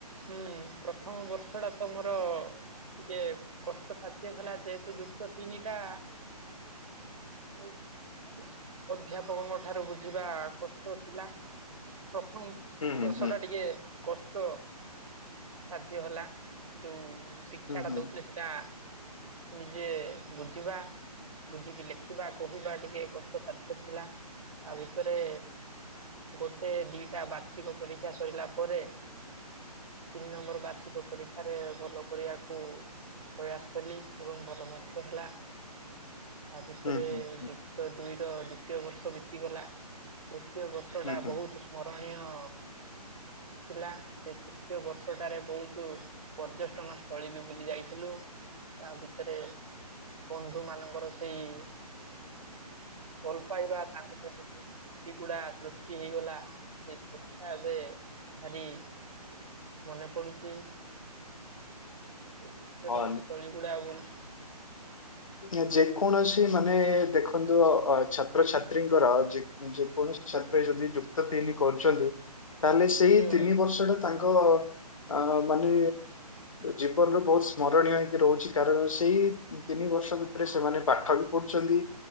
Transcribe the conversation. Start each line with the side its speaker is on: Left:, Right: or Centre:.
Right: ହୁଁ ପ୍ରଥମ ବର୍ଷ ଟା ତ ମର। ଟିକେ କଷ୍ଟ ସାଧ୍ୟ ହେଲା ଯେହେତୁ ଯୁକ୍ତ ତିନି ଟା। ଉଁ ଅଧ୍ୟାପକଙ୍କ ଠାରୁ ବୁଝିବା କଷ୍ଟ ଥିଲା। ପ୍ରଥମ
Left: ହୁଁ
Right: ବର୍ଷ
Left: ହୁଁ
Right: ଟା ଟିକେ କଷ୍ଟ ସାଧ୍ୟ ହେଲା ଯୋଉ ଶିକ୍ଷା
Left: ହୁଁ ହୁଁ
Right: ଟା ଦଉଥିଲେ। ସେଇଟା ନିଜେ ବୁଝିବା। ବୁଝିକି ଲେଖିବା କହିବା ଟିକେ କଷ୍ଟସାଧ୍ୟ ଥିଲା ତା ଭିତରେ। ଗୋଟେ ଦିଟା ବାର୍ଷିକ ପରୀକ୍ଷା ସଇଲା ପରେ। ତିନି ନମ୍ବର ବାର୍ଷିକ ପରୀକ୍ଷାରେ ଭଲ କରିବାକୁ। ପ୍ରୟାସ କଲି ଏବଂ ଭଲ ମଧ୍ୟ ହେଲା। ଆ ଭିତରେ
Left: ହୁଁ ହୁଁ ହୁଁ ହୁଁ
Right: ଯୁକ୍ତ ଦୁଇର ଦ୍ଵିତୀୟ ବର୍ଷ ବିତିଗଲା ତୃତୀୟ ବ ର୍ଷଟା
Left: ହୁଁ ହୁଁ
Right: ବହୁତ ସ୍ମରଣୀୟ। ଥିଲା ସେ ତୃତୀୟ ବର୍ଷଟାରେ ବହୁତୁ। ପର୍ଯ୍ୟଟନ ସ୍ଥଳୀ ବି ବୁଲି ଯାଇଥିଲୁ ତା ଭିତେରେ। ବନ୍ଧୁ ମାନଙ୍କର ସେଇ ଭଲ ପାଇବା ତାଙ୍କ ସହିତ ଯୋଉ ସ୍ମୃତି ଗୁଡା ସୃଷ୍ କିଏ ହେଇଗଲା ଏସବୁ ପିଠା ଏବେ ଭାରି ମନେ ପଡୁଚି। ସେ ପର୍ଯ୍ୟଟନ
Left: ହଁ
Right: ସ୍ଥଳୀ ଗୁଡା ବୁଲ୍
Left: ୟା ଯେ କୌଣସି ମାନେ ଦେଖନ୍ତୁ ଅ ଛାତ୍ରଛାତ୍ରୀଙ୍କର ଯେ ଯେକୌଣସି ଛାତ୍ର ଯଦି ଯୁକ୍ ଯୁକ୍ତ ତିନି କରୁଛନ୍ତି ତାହେଲେ ସେଇ
Right: ହୁଁ
Left: ତିନି ବର୍ଷ ଟା ତାଙ୍କ ଅ ମାନେ ଜୀବନର ବହୁତ ସ୍ମରଣୀୟ ହେଇକି ରହୁଛି କାରଣ ସେଇ ତିନିବର୍ଷ ଭିତରେ ସେମାନେ ପାଠ ବି ପଢୁଛନ୍ତି